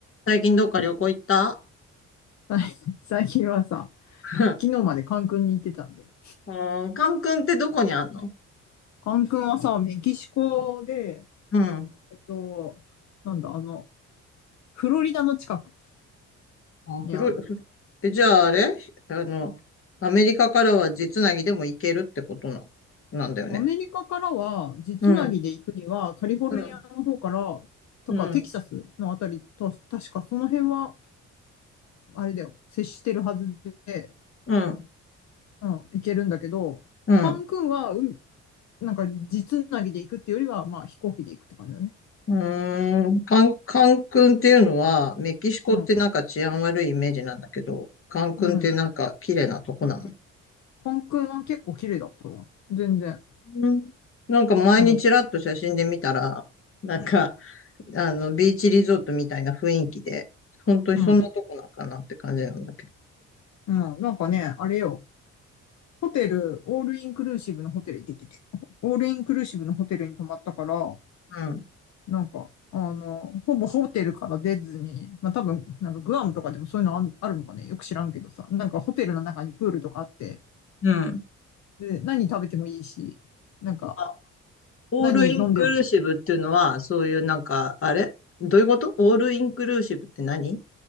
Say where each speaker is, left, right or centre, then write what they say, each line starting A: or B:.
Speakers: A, on the left (about 45°); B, on the left (about 65°).
A: 最近どっか旅行行った
B: はい <laughs> 最近はさ、
A: <laughs>
B: 昨日までカン君に行ってたんだよ。
A: うん、カン君ってどこにあんの
B: カン君はさ、メキシコで、
A: うん。
B: えっと、なんだ、あの、フロリダの近く
A: あ、
B: にある。
A: フロリ、フえ、じゃああれあの、アメリカからは実なぎでも行けるってことな、なんだよね。
B: アメリカからは、地つなぎで行くには、
A: うん、
B: カリフォルニアの方から、
A: うん、
B: とか、
A: うん、
B: テキサスのあたりと、確かその辺は、あれだよ、接してるはずで、
A: うん、
B: うん、行けるんだけど、
A: うん。
B: カン君は、うん、なんか、地つなぎで行くっていうよりは、まあ、飛行機で行くって感じだね。
A: うーん、カン、カン君っていうのは、メキシコってなんか治安悪いイメージなんだけど、
B: うん。
A: カン君ってなんか綺麗なとこなの
B: うんカン君は結構綺麗だったわ。全然。
A: うん。なんか前にちらっと写真で見たら、
B: うん。
A: なんか、あの、ビーチリゾートみたいな雰囲気で、本当にそんなとこなんかなって感じなんだけど。
B: うん。うん。なんかね、あれよ。ホテル、オールインクルーシブのホテル行ってて。オールインクルーシブのホテルに泊まったから、
A: うん。
B: なんか、あの、ほぼホテルから出ずに、まあ多分、なんかグアムとかでもそういうのあんあるのかね、よく知らんけどさ、なんかホテルの中にプールとかあって、
A: うん。
B: で、何食べてもいいし、なんか、
A: あ、オールインクルーシブっていうのは、
B: 何飲んでも、
A: そういうなんか、あれどういうことオールインクルーシブって何